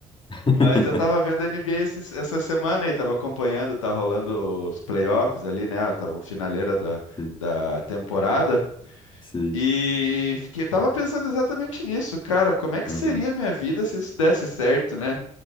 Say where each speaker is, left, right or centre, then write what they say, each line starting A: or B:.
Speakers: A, on the left; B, on the left.
A: <laughs>
B: Mas eu tava vendo a NBA esses- essa semana e tava acompanhando, tá rolando os playoffs ali, né? Tava o finaleira da,
A: Sim,
B: da temporada.
A: sim,
B: E fiquei, tava pensando exatamente nisso, cara. Como é que
A: uhum,
B: seria a minha vida se isso desse certo, né?